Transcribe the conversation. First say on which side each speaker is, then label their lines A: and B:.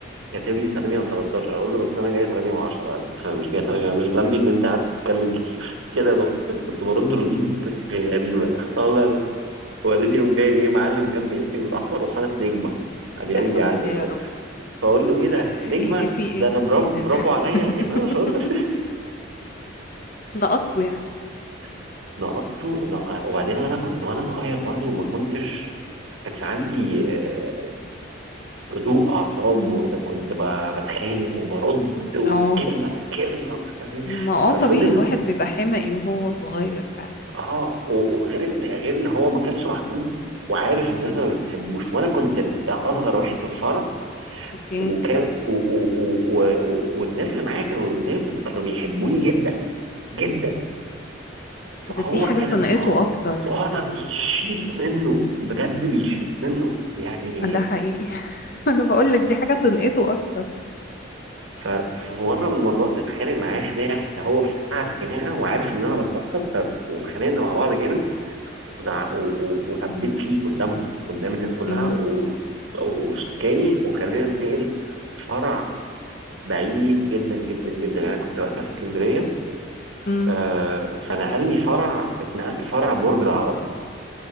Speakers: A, on the right; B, on the left.
A: كاتب لي 8 و13 اقول له بس انا جاي 8 و10 على فكره انا مش جاي 8 انا مش ذنبي ان انت قعدت تتكلم كتير <laughs> كده بقى كنت كنت برد ردود غريبه <laughs> والله وبعدين يوم جاي ايه معلم جنب اسمي بالاحمر وحاطط نجمه قال يعني
B: لا حول
A: بيعلم
B: الله يا
A: ف...
B: رب
A: فاقول له ايه
B: آه،
A: ده نجمه
B: ايه إيه في ايه
A: ده انا برافو
B: <laughs>
A: برافو عليا يعني انا شاطر
B: نقطه يعني
A: <laughs> نقطته نق... وبعدين انا كنت وانا صغير برضو ما كنتش كانش عندي آه، هدوء اعصاب وانا كنت ب- بتخانق وبرد والكلمه
B: اه
A: بكلمه ومش عارف ايه
B: ما اه
A: ففضل
B: طبيعي الواحد بيبقى حمقي وهو صغير فعلا
A: اه و- وغير ان غير ان هو ما كانش محبوب وعارف ان الناس ما بتحبوش وانا كنت اصغر واحد في الفرع
B: اوكي
A: وكان و... و... و... و... والناس اللي معايا كانوا لزاز وكانوا بيحبوني جدا جدا فهو
B: ده دي حاجة
A: كان
B: تنقطه
A: الموضوع
B: اكتر
A: ده بيشيط منه بجد بيشيط منه يعني
B: ده حقيقي <laughs> انا بقول لك دي حاجة تنقطه اكتر
A: ف- ففي مره من المرات اتخانق معاه خناقه فت- هو في بتاع الخناقه وعارف ان انا بتعصب ف- واتخانقنا مع بعض جامد وزع- و- و- وهبيت فيه قدامهم قدام الناس كلها
B: امم
A: و- واشتكاني وخلاني اتنقل فرع بعيد جدا جدا جدا يعني انا كنت وقتها في اسكندريه
B: امم
A: آه فنقلني فرع اتنقلت فرع برج العرب